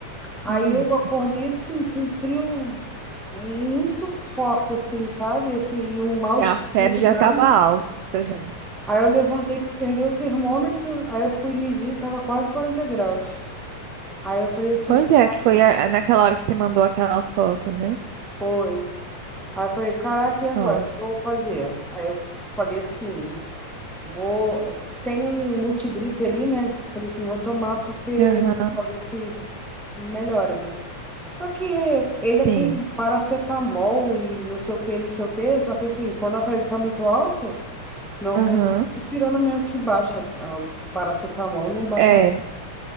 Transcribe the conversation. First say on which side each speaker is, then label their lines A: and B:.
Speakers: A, in the centre; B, on the right.
A: Aí
B: hum,
A: eu acordei assim, com um frio muito forte, assim, sabe? Assim, e um mal-estar
B: e a febre
A: muito
B: já
A: grande.
B: tava alta, já.
A: Aí eu levantei, peguei o termômetro, aí eu fui medir, tava quase 40 graus. Aí eu falei assim,
B: Pois
A: "Caraca,
B: é, que foi a- naquela hora que você mandou aquela foto, né?
A: foi. Aí eu falei, caraca, e agora?
B: Nossa.
A: O que que eu vou fazer? Aí eu falei assim. Vou, tem um multigripe ali, né? Falei assim, vou tomar porque
B: Aham,
A: pra ver se melhora, né? Só que ele é
B: sim.
A: com paracetamol e não sei o que, não sei o que. Só que assim, quando a febre tá muito alta, normalmente
B: Aham.
A: é dipirona mesmo que baixa. Ah, O paracetamol não baixa.
B: É,